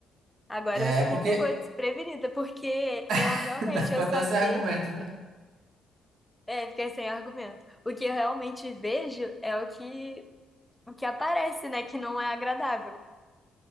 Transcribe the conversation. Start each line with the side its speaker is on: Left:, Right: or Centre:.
Centre: Agora
Right: É,
Centre: você
Right: é porque
Centre: me pegou desprevenida, porque eu
Right: <laughs>
Centre: realmente
Right: tá
Centre: eu
Right: com até
Centre: só
Right: esse
Centre: vejo.
Right: argumento, né?
Centre: É, fiquei sem argumento. O que eu realmente vejo é o que o que aparece, né, que não é agradável.